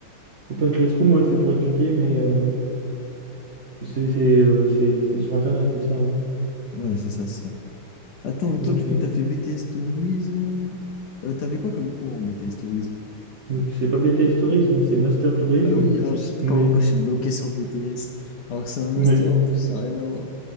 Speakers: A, on the right (about 50°); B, on the left (about 65°).
A: Open Classroom, ouais, c'est pour étudier, mais euh, c'est c'est, euh, c'est- c'est sur Internet, c'est ça. hein.
B: Ouais, c'est ça, c'est ça. Attends, et toi,
A: Ok.
B: du coup, t'as fait BTS Tourisme. Euh, t'avais quoi comme cours en BTS Tourisme?
A: Donc c'est pas BTS Tourisme, c'est Master Tourisme.
B: Ah oui, ah, je sais
A: Mais,
B: pas pourquoi je suis bloqué sur BTS, alors que c'est un master,
A: mais,
B: en plus, ça n'a rien à voir.